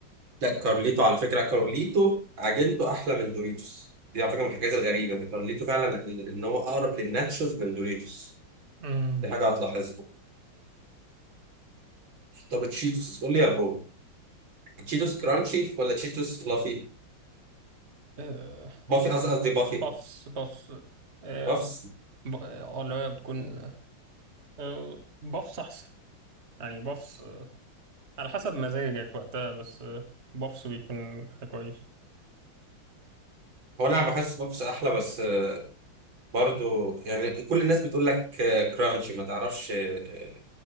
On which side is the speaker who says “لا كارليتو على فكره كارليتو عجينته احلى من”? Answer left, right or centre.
Right